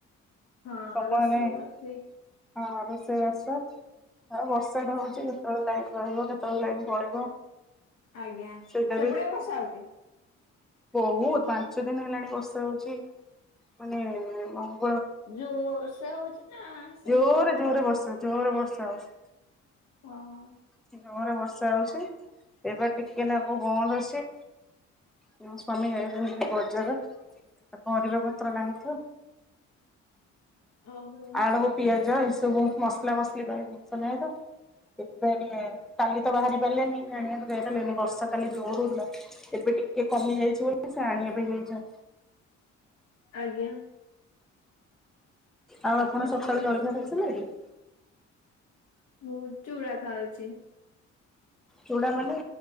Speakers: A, on the left (about 60°); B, in the centre.
A: ହଁ
B: ସମୟ
A: ରୋଷେଇ
B: ନାହିଁ
A: କରିଥିଲି
B: ହଁ ରୋଷେଇ ବାସ। ହଁ ବର୍ଷା ଟା ହଉଚି କେତୋଳେ ଲାଇନ୍ ରହିବ କେତୋଳେ ଲାଇନ୍ ପଳେଇବ।
A: ଆଜ୍ଞା
B: ସେଇଟା
A: ସେପଟେ ବି ବର୍ଷା ହଉଚି?
B: ବହୁତ୍ ପାଞ୍ଚ ଦିନି ହେଲାଣି ବର୍ଷା ହଉଚି ମାନେ ବୋହୁ।
A: ଯୋର୍ ସେ ହୋଉଚି ନା? ସେମିତି
B: ଜୋରେ
A: ଅଳ୍ପ
B: ଜୋରେ
A: ଅଳ୍ପ?
B: ବର୍ଷା ଜୋରେ ବର୍ଷା ହୋଉଚି।
A: ଓ ହୋ।
B: ଜୋରେ ବର୍ଷା ହେଉଛି ଏବା ଟିକେ ନାକୁ ବନ୍ଦ ଅଛି। ମୋ ସ୍ଵାମୀ ଯାଇଚନ୍ତି ବଜର। ପରିବା ପତ୍ର ନାହଁ ତ
A: ଓହୋ
B: ଆଳୁ। ପିଆଜ ଏସବୁ ମସଲା ମସଲି ପାଇଁ ଜିନଷ ନାହିଁ ତ। ସେଥିପାଇଁ ଇଏ କାଲି ତ ବାହାରି ପାରିଲେନି ଆଣିବାକୁ ଯାଇପାରିଲେନି ବର୍ଷା କାଲି ଜୋର ହୋଉଥୁଲା। ଏବେ ଟିକେ କମି ଯାଇଛି ବୋଲି ସେ ଆଣିବା ପାଇଁ ଯାଇଛନ୍ତି।
A: ଆଜ୍ଞା।
B: ଆଉ ଆପଣ ସଖାଳୁ ଜଳଖିଆ କରୁଥିଲେ କି?
A: ମୁଁ ଚୁଡ଼ା ଖାଉଚି।
B: ଚୁଡା ମାନେ